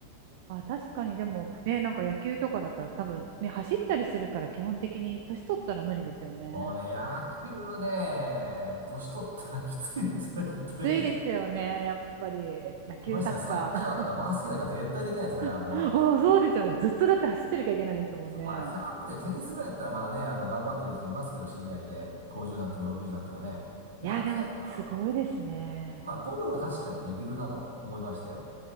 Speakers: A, on the right (about 50°); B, on the right (about 70°).
A: あ、確かに、でも、ね、なんか野球とかだったら多分、ね、走ったりするから基本的に年取ったら無理ですよね。
B: もうね、野球ね、年取ったらきついですね、きっとね。
A: きついですよね、やっぱり。野球、
B: ましてや、
A: サッカー。
B: サッカーとかバスケなんか絶対できないですから、もうあの、
A: <laughs> もうそうですよね。ずっとだって走ってなきゃいけないですもんね。
B: そうまあ、100歩でテニスぐらいだったらまだね、あの、頑張ってる人いますけど、知り合いで。50になっても60になってもね。だけど、
A: いや、でも、すごいですね。
B: まあ、ゴルフは確かにできるなと思いまして。